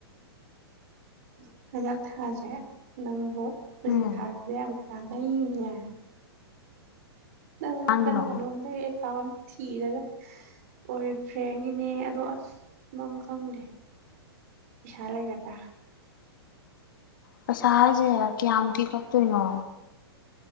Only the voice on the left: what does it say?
ꯎꯝ
ꯉꯥꯡꯒꯤꯅꯣ
ꯄꯩꯁꯥꯖꯦ ꯀꯌꯥꯀꯤ ꯀꯛꯇꫭꯏꯅꯣ